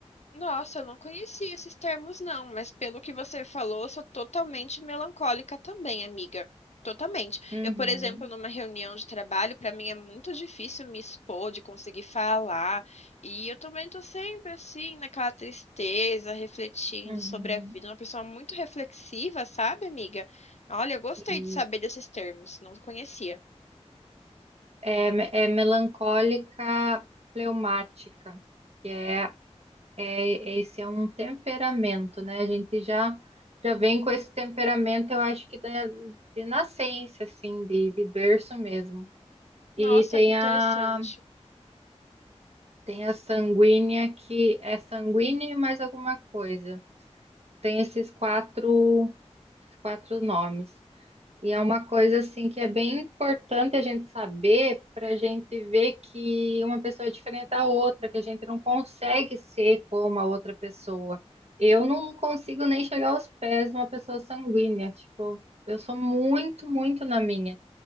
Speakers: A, on the left; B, on the right.
A: Nossa, eu não conhecia esses termos, não, mas pelo que você falou, eu sou totalmente melancólica também, amiga. Totalmente.
B: Uhum.
A: Eu, por exemplo, numa reunião de trabalho, para mim é muito difícil me expor, de conseguir falar. E eu também tô sempre assim, naquela tristeza, refletindo
B: Uhum.
A: sobre a vida. Uma pessoa muito reflexiva, sabe, amiga? Olha, eu gostei
B: Isso.
A: de saber desses termos, não conhecia.
B: É, me- é melancólica fleumática, que é É, esse é um temperamento, né? A gente já já vem com esse temperamento, eu acho que da, de nascença, assim, de, de berço mesmo.
A: Nossa,
B: E tem
A: que interessante.
B: a tem a sanguínea que é sanguínea e mais alguma coisa. Tem esses quatro esses quatro nomes. E é uma coisa assim que é bem importante a gente saber para a gente ver que uma pessoa é diferente da outra, que a gente não consegue ser como a outra pessoa. Eu não consigo nem chegar aos pés de uma pessoa sanguínea, tipo, eu sou muito, muito na minha.